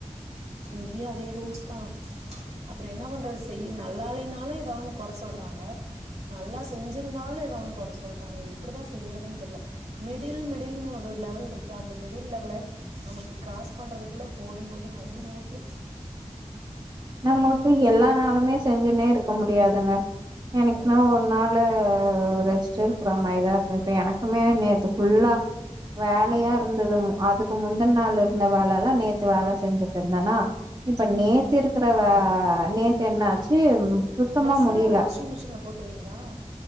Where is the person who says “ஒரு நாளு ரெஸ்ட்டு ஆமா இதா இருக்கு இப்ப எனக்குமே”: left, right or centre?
Right